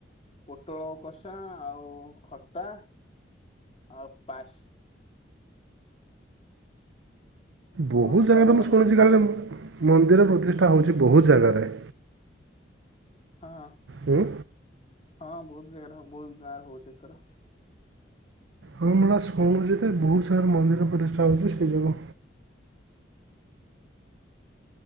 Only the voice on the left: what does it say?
ପୋଟଳ କଷା ଆଉ ଖଟା ଆଉ ପାସ୍।
ଭଲ
ସ୍ଵାଦ
ଲାଗୁଥିଲା
ହଁ।
ହଁ ବହୁତ ଜାଗାରେ ବହୁତ ଗାଁ ହଉଛି ଏଥର।